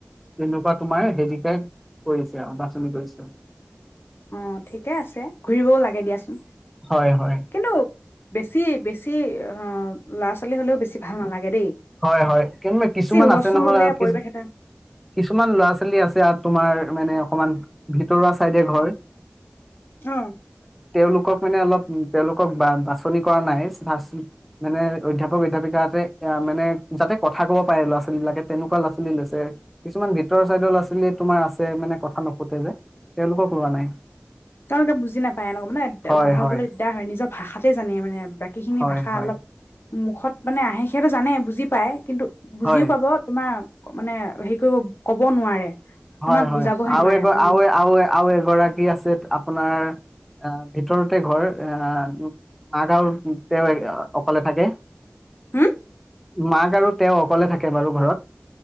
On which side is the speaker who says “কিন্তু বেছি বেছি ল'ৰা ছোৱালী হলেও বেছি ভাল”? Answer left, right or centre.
Left